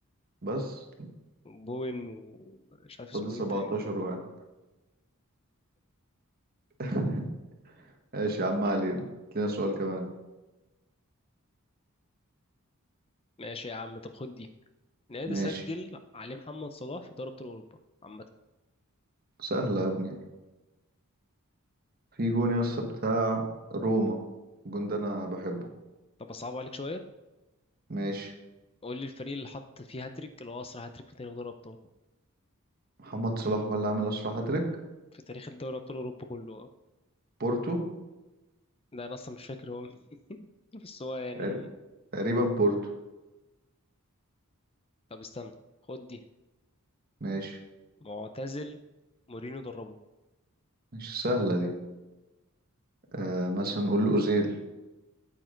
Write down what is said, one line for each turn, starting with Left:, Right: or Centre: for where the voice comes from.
Right: بس
Left: بوين ومش عارف اسمه
Right: فاضل 17
Left: إيه التاني
Right: واحد <laughs> ماشي يا عم ما علينا هات لنا سؤال كمان
Left: ماشي يا عم طب خد دي نادي
Right: ماشي
Left: سجل عليه محمد صلاح في دوري أبطال أوروبا عامة
Right: سهلة يا ابني في جون يا اسطى بتاع روما الجون ده انا بحبه
Left: طب أصعب عليك شوية
Right: ماشي
Left: قول لي الفريق اللي حط فيه هاتريك اللي هو أسرع هاتريك في تاريخ دوري أبطال
Right: محمد صلاح هو اللي عامل اسرع هاتريك
Left: في تاريخ الدوري أبطال أوروبا كله
Right: بورتو
Left: ده انا اصلا مش فاكر هو مين. <laughs> بس هو يعني
Right: تقر- تقريبا بورتو
Left: طب استنى خد دي
Right: ماشي
Left: معتزل مورينو دربه
Right: مش سهلة دي آه مثلا نقول اوزيل